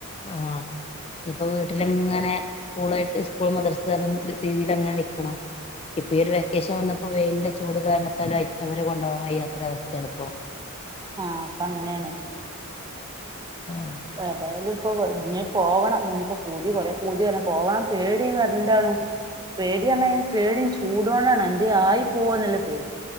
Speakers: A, on the left; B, on the right.
A: ആഹ് ഇപ്പോ വീട്ടില്ങ്ങനെ സ്കൂള് ആയിട്ട് സ്കൂള് മദ്റസ് രീതിലങ്ങനെ നിക്കണം ഇപ്പൊ ഈ ഒരു വെക്കേഷൻ വന്നപ്പോ വെയിലിന്റെ ചൂട് കാരണത്താലും അവരെ കൊണ്ടുപോകാൻ വയ്യാത്തെ ഒരു അവസ്ഥയാണ് ഇപ്പോ
B: ആഹ് ഇപ്പം അങ്ങനെണ്
A: ആഹ്
B: ഏതായാലും ഇപ്പോ ഇഞ് പോവണം ഇഞ്പ്പോ പൂതി കോറെ പൂതി തന്നെ പോവാൻ പേടിയും <unintelligible> പേട്യാന്നേ പേടിയും ചൂടോണ്ടാണ് എന്ത്യെ ആയി പോവന്നല്ല പേടി